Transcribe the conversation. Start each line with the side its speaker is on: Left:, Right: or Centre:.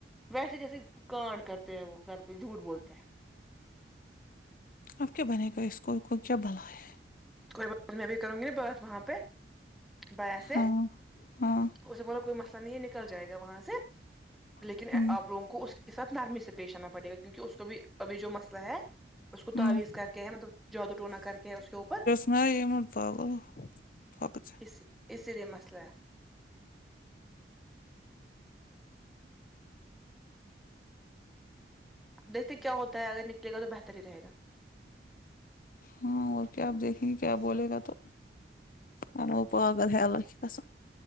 Centre: ویسے جیسے کانڈ کرتے ہیں وہ گھر پہ جھوٹ بولتے ہیں
Left: اب کیا بنے گا اسکول کو کیا بلائے
Centre: کوئی بات نہیں ابھی کروں گی نا بات وہاں پہ بھیا سے
Left: ہاں ہاں
Centre: اس نے بولا کوئی مسئلہ نہیں ہے نکل جائے گا وہاں سے لیکن
Left: ہمم
Centre: آپ لوگوں کو اس کے ساتھ نرمی سے پیش آنا پڑے گا کیونکے اس کو بھی ابھی جو مسئلہ ہے اس کو
Left: ہمم
Centre: تعویز کر کے ہے مطلب جادو ٹونا کر کے ہے اس کے اوپر
Left: نہیں میں پاگل ہوں بہت اچھے
Centre: اسی اسی لیے مسئلہ ہے دیکھتے کیا ہوتا ہے اگر نکلے گا تو بہتر ہی رہےگا
Left: ہاں اور کیا اب دیکھیں گے کیا بولے گا تو ارے وہ پاگل ہے اللہ کی قسم